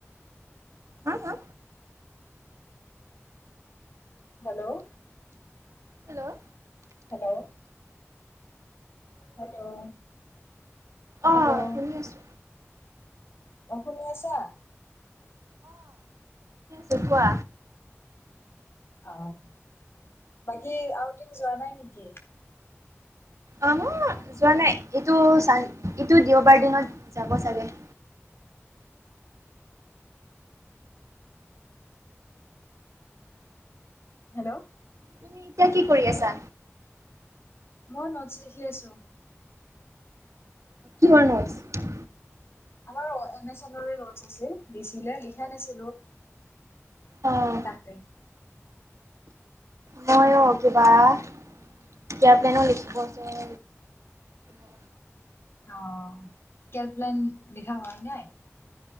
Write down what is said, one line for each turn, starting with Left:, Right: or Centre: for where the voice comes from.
Right: হা হা
Left: হেল্ল'
Right: হেল্ল'
Left: হেল্ল' হেল্ল'
Right: অ
Left: হেল্ল'
Right: শুনি আছো
Left: অ শুনি আছা?
Right: শিকোৱা
Left: অ বাকী আউটিং যোৱা নাই নেকি?
Right: অ ম যোৱা নাই এইটো চান ইটো দেওবাৰ দিনত যাব চাগে। উ
Left: হেল্ল'
Right: তুমি এতিয়া কি কৰি আছা।
Left: মই নটছ লিখি আছো।
Right: কিহৰ নোটচ
Left: আমাৰ এন এছ এন নটছ আছিল আছিলে লিখা নাছিলো।
Right: অ
Left: তাকে
Right: মইয়ো কিবা <unintelligible> প্লেনো লিখিব দিয়ে অ
Left: অ কে প্লেন লিখা হোৱা নাই।